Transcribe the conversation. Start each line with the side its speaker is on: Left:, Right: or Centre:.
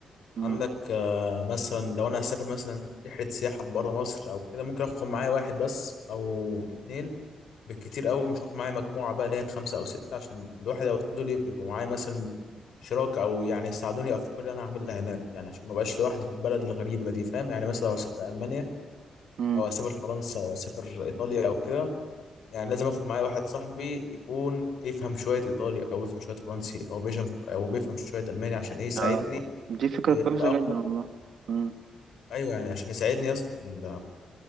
Right: مم،
Left: عندك آه، مثلا لو انا هسافر مثلا رحله سياحه بره مصر او كده ممكن اخد معايا واحد بس او اتنين بالكتير قوي مش هاخد معايا مجموعه بقى اللي هي خمسه او سته عشان الواحد او اتنين دول يبقوا معايا مثلا شراكه او يعني يساعدوني افكار اللي انا هعملها هناك يعني عشان ما ابقاش لوحدي في البلد الغريبه دي فاهم يعني مثلا لو اسافر المانيا
Right: مم.
Left: او اسافر فرنسا او اسافر ايطاليا او كده يعني لازم اخد معايا واحد صاحبي يكون يفهم شويه ايطالي او يفهم شويه فرنسي او بيفهم او بيفهم شويه الماني عشان ايه يساعدني
Right: ده- دي فكره
Left: في
Right: كويسه
Left: التاقلم
Right: جدا والله مم،
Left: ايوه يعني عشان يساعدني يا اسطى في ال-